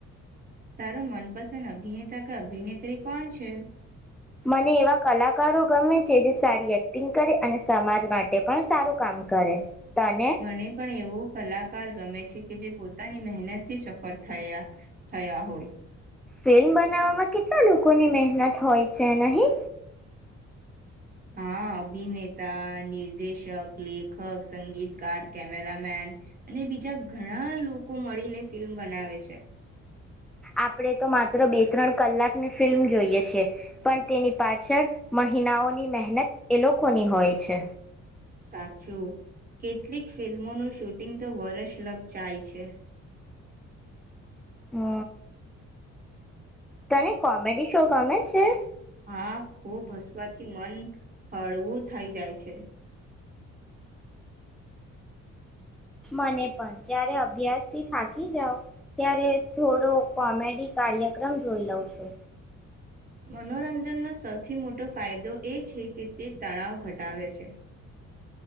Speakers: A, on the right; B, in the centre.
A: તારો મનપસંદ અભિનેતા કે અભિનેત્રી કોણ છે?
B: મને એવા કલાકારો ગમે છે જે સારી એક્ટિંગ કરે અને સમાજ માટે પણ સારું કામ કરે. તને
A: મને પણ એવો કલાકાર ગમે છે કે જે પોતાની મહેનત થી સફળ થયા થયા હોય.
B: ફિલ્મ બનાવવામાં કેટલા લોકોની મહેનત હોય છે નહી?
A: હા અભિનેતા, નિર્દેશક, લેખક, સંગીતકાર, કેમેરામેન અને બીજા ઘણા લોકો મળીને ફિલ્મ બનાવે છે.
B: આપણે તો માત્ર બે ત્રણ કલાકની ફિલ્મ જોઈએ છીએ પણ તેની પાછળ મહિનાઓની મહેનત એ લોકોની હોય છે.
A: સાચું કેટલીક ફિલ્મોનું શૂટિંગ તો વર્ષ લગ જાય છે.
B: હઅ. તને કોમેડી શો ગમે છે?
A: હા ખુબ હસવાથી મન હળવું થઇ જાય છે.
B: મને પણ જ્યારે અભ્યાસથી થાકી જાવ ત્યારે થોડો કોમેડી કાર્યક્રમ જોઈ લઉં છો.
A: મનોરંજનનો સૌથી મોટો ફાયદો એ છે કે તે તણાવ ઘટાવે છે.